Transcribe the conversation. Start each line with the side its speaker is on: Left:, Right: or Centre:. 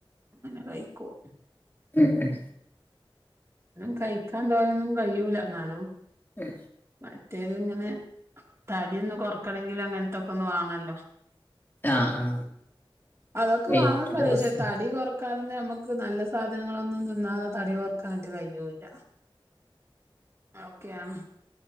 Right: അങ്ങനെ കയിക്കും
Left: ഉം ഉം
Right: <unintelligible> കയിക്കാൻ തോനെന്നും കയ്യൂല എന്നാലും
Left: ഉം
Right: മറ്റേത് ഇങ്ങനെ തടിയൊന്ന് കൊറക്കണെങ്കില് അങ്ങനത്തൊക്കെ ഒന്ന് വാണല്ലോ
Left: ആ
Right: അഹ്
Left: ആ
Right: അതൊക്കെ
Left: വെയിറ്റ്ലോസ്
Right: വാണംന്ന് പറയും പക്ഷെ തടി കൊറ ക്കാനൊന്നും നമ്മക്ക് നല്ല സാധനങ്ങളൊന്നും തിന്നാതെ തടി കൊറക്കാനായിട്ട് കയ്യൂല്ല ഓക്കെയാന്ന്